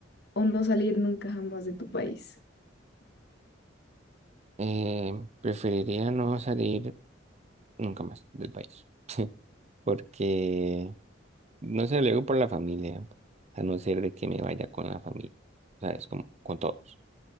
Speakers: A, on the left (about 55°); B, on the right (about 35°).
A: o no salir nunca jamás de tu país?
B: Eh, preferiría no salir nunca más del país, porque no sé, luego por la familia, a no ser de que me vaya con la familia, ¿sabes? Como con todos.